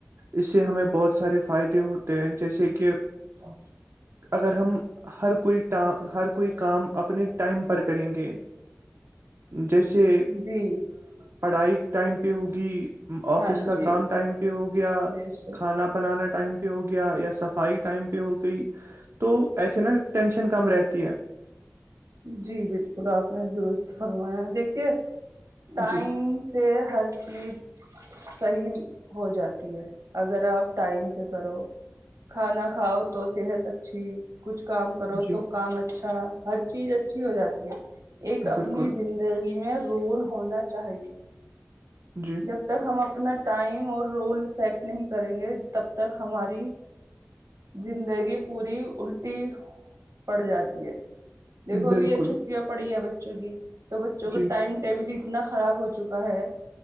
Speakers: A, on the right (about 60°); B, on the right (about 75°).
A: اس سے ہمیں بہت سارے فائدے ہوتے ہیں جیسے کہ
B: ہ
A: اگر ہم ہر کوئیٹ ہر کوئی کام اپنے ٹائم پر کریں گے جیسے
B: جی
A: پڑھائی ٹائم پہ ہوگی آفس
B: ہاں
A: کا
B: جی
A: کام ٹائم پہ ہو گیا
B: بے شک
A: کھانا بنانا ٹائم پہ ہو گیا یا صفائی ٹائم پہ ہو گئی تو ایسے نا ٹینشن کم رہتی ہے
B: جی بالکل آپ نے درست فرمایا دیکھیے ٹائم
A: جی
B: سے ہر چیز صحیح ہو جاتی ہے اگر آپ ٹائم سے کرو کھانا کھاؤ تو صحت اچھی کچھ کام کرو
A: جی
B: تو کام اچھا ہر چیز اچھی ہو جاتی ہے ایک اپنی
A: بالکل
B: زندگی میں رول ہونا چاہیے
A: جی
B: جب تک ہم اپنا ٹائم اور رول سیٹ نہیں کریں گے تب تک ہماری زندگی پوری الٹی پڑ جاتی ہے دیکھو
A: بالکل
B: ابھی یہ چھٹیاں پڑی ہیں بچوں کی تو بچوں کا
A: جی
B: ٹائم ٹیبل اتنا خراب ہو چکا ہے